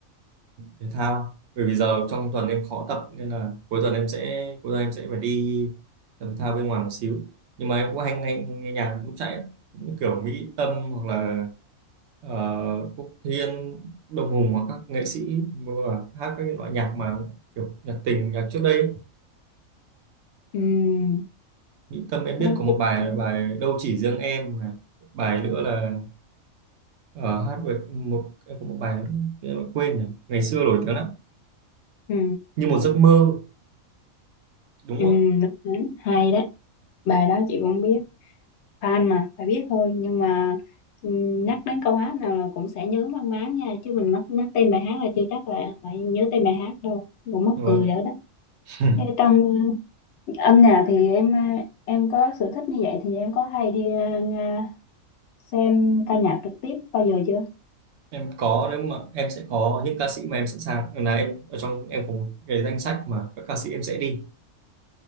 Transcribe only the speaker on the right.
thể thao bởi vì giờ trong tuần em khó tập nên là cuối tuần em sẽ cuối tuần em sẽ phải đi tập thể thao bên ngoài một xíu nhưng mà em cũng hay nghe, nghe nhạc lúc chạy ấy. Cũng kiểu Mỹ Tâm hoặc là uh, Quốc Thiên Đông Hùng hoặc các nghệ sĩ mà hát các cái loại nhạc mà kiểu nhạc tình nhạc trước đây ấy.
Mỹ Tâm em
biết có một bài
là bài Đâu chỉ riêng em này bài nữa là Ờ, hát về một em có một bài em đã quên rồi ngày xưa nổi tiếng lắm
như một giấc mơ đúng
không ạ
Vâng.
<clears throat>
em có nếu mà em sẽ có những ca sĩ mà em sẵn sàng là em ở trong em có một cái danh sách mà các ca sĩ em sẽ đi